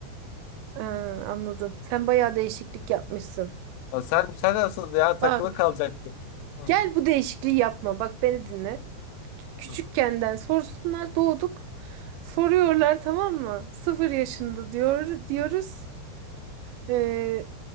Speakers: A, on the right (about 90°); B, on the left (about 80°).
A: ha, anladım. Sen bayağı değişiklik yapmışsın.
B: O sen sen asıl ya takılı
A: Bak
B: kalacaktık. Hı.
A: gel bu değişikliği yapma. Bak beni dinle. Küçükkenden
B: hı.
A: sorsunlar doğduk. Soruyorlar tamam mı? Sıfır yaşında diyor diyoruz. Ee,